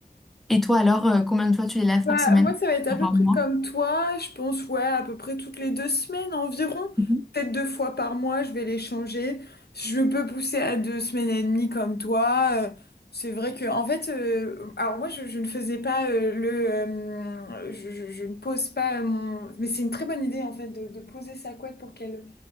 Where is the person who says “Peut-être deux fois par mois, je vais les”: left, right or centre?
Left